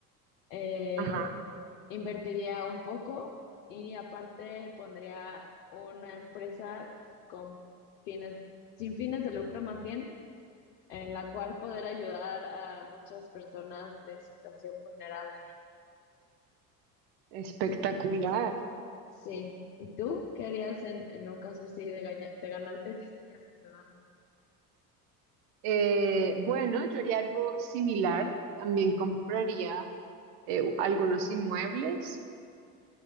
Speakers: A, on the left; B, on the right.
A: Eh,
B: Ajá.
A: invertiría un poco y aparte pondría una empresa con fines, sin fines de lucro más bien en la cual poder ayudar a muchas personas de situación vulnerable.
B: Espectacular.
A: Sí. ¿Y tú qué harías en, en un caso así de, gaña- de ganarte <laughs> diez millones de dólares?
B: Eh, bueno, yo haría algo similar. También compraría eh, algunos inmuebles